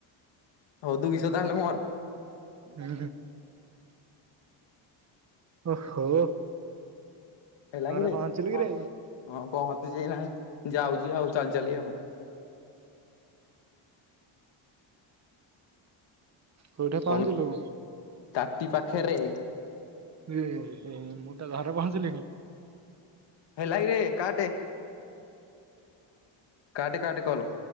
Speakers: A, on the left (about 60°); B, on the right (about 35°).
A: ହଉ ଦୁଇଶହ ତାହେଲେ ମୋର।
B: ହୁଁ। ଓହୋ।
A: ହେଲା
B: ଘରେ
A: କି ଭାଇ
B: ପହଞ୍ଚିଲୁ କିରେ
A: ହଁ। ହଁ ପହଞ୍ଚିଛି ନା ଯାଉଛି ଆଉ ଚାଲି ଚାଲି ଆଉ।
B: କେଉଁଠି ପହଞ୍ଚିଲୁ?
A: କହୁନୁ ତାଟି ପାଖରେ
B: ଏ ମୁଁ ତ ଘରେ ପହଞ୍ଚିଲିଣି।
A: ହେଲାକିରେ କାଟେ କାଟେ କାଟେ କଲ।